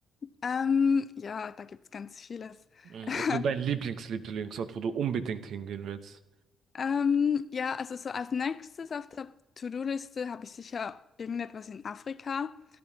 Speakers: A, on the left; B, on the right.
A: ähm, ja da gibt es ganz vieles.
B: Mhm,
A: <laughs>
B: Also dein Lieblings-Lieblingsort, wo du unbedingt hingehen willst.
A: Ähm, ja, also so als nächstes auf der To-Do-Liste habe ich sicher irgendetwas in Afrika.